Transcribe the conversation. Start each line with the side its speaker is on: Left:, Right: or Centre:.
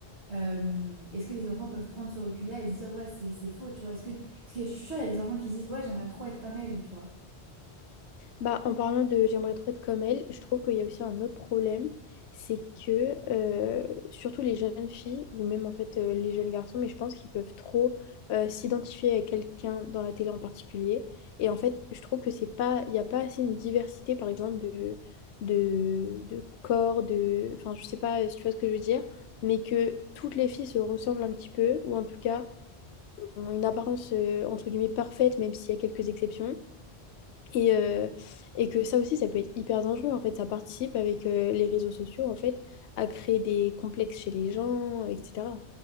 Right: Euh, est-ce que des enfants peuvent prendre ce recul-là et se dire, ouais, c'est c'est faux, tu vois? Est-ce que, parce que je suis sûre, il y a des enfants qui se disent, ouais, j'aimerais trop être comme elle, tu vois?
Left: Bah, en parlant de j'aimerais trop être comme elle, je trouve qu'il y a aussi un autre problème, c'est que euh, surtout les jeunes filles, ou même en fait euh, les jeunes garçons, mais je pense qu'ils peuvent trop euh, s'identifier à quelqu'un dans la télé en particulier. Et en fait, je trouve que c'est pas, il n'y a pas assez une diversité, par exemple, de, de, de corps, de. Enfin, je sais pas si tu vois ce que je veux dire, mais que toutes les filles se ressemblent un petit peu, ou en tout cas ont une apparence euh, entre guillemets parfaite, même s'il y a quelques exceptions. Et, euh, et que ça aussi, ça peut être hyper dangereux. En fait, ça participe avec euh, les réseaux sociaux, en fait, à créer des complexes chez les gens, euh, etc.